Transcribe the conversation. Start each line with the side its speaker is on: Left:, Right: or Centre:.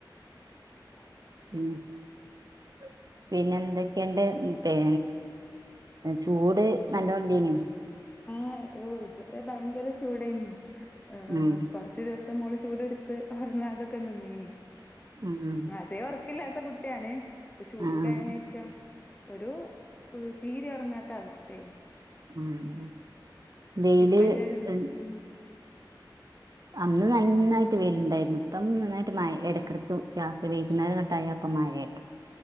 Left: <inaudible>
Right: <inaudible> പിന്നെ എന്തൊക്കെയണ്ട് പിന്നെ ചൂട് നല്ലോണ്ടയ്നോ
Left: ആഹ ഓ ഭയങ്കര ചുടെന്നു ഹ്
Right: ഉം
Left: കുറച്ച് ദിവസം ഇ മോള് ചൂടെടുത്തു ഉറങ്ങാതൊക്കെ നിന്നീന്
Right: ഉം
Left: അതേ ഉറക്കില്ലാത്ത കുട്ടിയാണ് ഇപ്പൊ ചൂടടായന്േഷം
Right: ആഹ്
Left: ഒരു തീരി ഉറങ്ങാത്ത ത്ത അവസ്ഥേ
Right: ഉംമ് വെയില്
Left: ഇപ്പ ഇതൊരു
Right: മ്
Left: ഉം
Right: അന്ന് നന്നായിട്ട് വെയിലുണ്ടായിരുന്നു ഇപ്പം നന്നായിട്ട് മഴ ഇടയ്ക്കിടുത്തു രാത്രി വൈകുന്നേരം ങ്ങട്ട് ആയ അപ്പ മഴ കട്ടണം